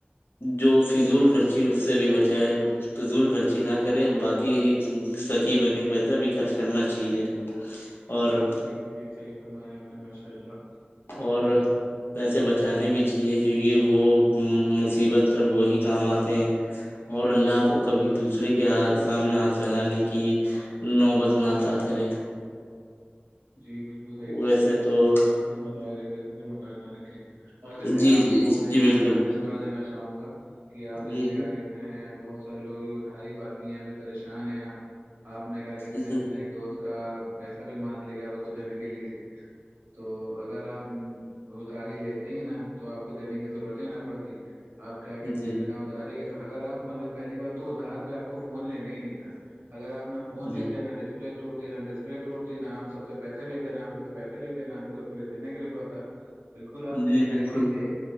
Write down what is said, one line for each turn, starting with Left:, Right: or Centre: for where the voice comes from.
Left: جو فضول خرچی اس سے بھی بچائے فضول خرچی کرے باقی سکی بنے پیسہ بھی خرچ کرنا چاہیے اور
Right: جی جی صحیح فرمایا آپ نے ماشاء اللہ
Left: اور پیسے بچ جانے بھی چاہیے کیونکہ وہ مصیبت پر وہی کام آتے ہیں اور اللہ کو کبھی دوسرے دوسرے کے سامنے ہاتھ پھیلانے کی نوبت نتاا کرے
Right: جی بالکل صحیح فرما
Left: ویسے
Right: ہے اللہش
Left: تو
Right: اپنا متر ر توارے اور جیسے
Left: جی
Right: آپ
Left: جی
Right: کو میں
Left: جی
Right: ایک
Left: بالکل
Right: رائے مشورہ دینا چاہوں گا کہ آپ جیسے
Left: جی
Right: کیا
Left: جی
Right: کہتے ہیں بہت سارے لوگ ادھاری ہی باقی ہیں ابھی پریشان ہیں آپ آپ نے کیا کہتے
Left: جی
Right: ہیں اپنے ایک دوست کا پیسہ بھی مار اس کو دینے کے لیے تو اگر آپ ادھاری لیتے ہی نا تو آپ کو دینے کی ضرورت ہی نہ پڑتی آپ کیا کہتے
Left: جی
Right: ہیں بنا اتاری کے اگر آپ مطلب پہلی بات تو ادار پہ آپ کو فون لنے نہیں نہیں تھا اگر آپ نہ فون
Left: جی
Right: لیتے نہ ڈسپلے توٹتی نا ڈسپلے توٹتی نپ سب سے پیسے لیتے ن آپ سب سے پیسے لیتے ہیںا آپ کو سب کو لیے دینے کے لیےڑتا بالکل آپ فری
Left: جی
Right: لئے
Left: بالکل
Right: تھ تھے